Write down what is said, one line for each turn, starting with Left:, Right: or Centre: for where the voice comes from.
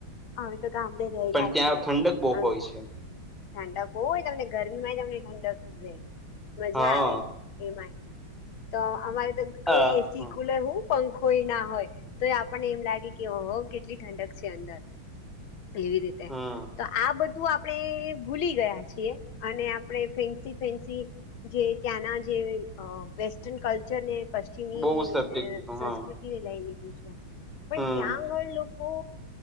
Left: અમે તો ગામડે રહેલા
Centre: પણ ત્યાં
Left: છીએ.
Centre: ઠંડક બહુ
Left: ઠંડક
Centre: હોય છે
Left: હોય તમને ગરમીમાં તમને ઠંડકે રે મજા
Centre: હા
Left: આવે એમાંય તો અમારે તો કોઈ
Centre: આ
Left: એસી
Centre: હમ
Left: કુલર હું પંખોય ના હોય તો આપણને એમ લાગે કે ઓ કેટલી ઠંડક છે અંદર. એવી રીતે
Centre: હમ
Left: તો આ બધું આપણે ભૂલી ગયા છીએ અને આપણે ફેન્સી ફેન્સી જે ત્યાંના જે વેસ્ટન કલ્ચર ને પશ્ચિમી
Centre: બહુ સત્ય કીધું
Left: સંસ્કૃતિ
Centre: હા
Left: લઈ લીધું છે પણ
Centre: હમ
Left: ત્યાં આગળ લોકો